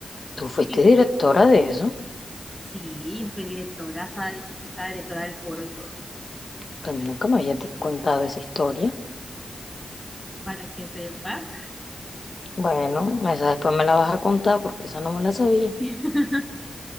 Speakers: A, on the left (about 55°); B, in the centre.
A: Tú fuiste
B: Y
A: directora de eso.
B: sí, yo fui directora, hasta, yo fui hasta directora del coro y todo,
A: También nunca me había ti- contado esa historia.
B: para que sepas.
A: Bueno, esa después me la vas a contar porque esa no me la sabía.
B: <laughs>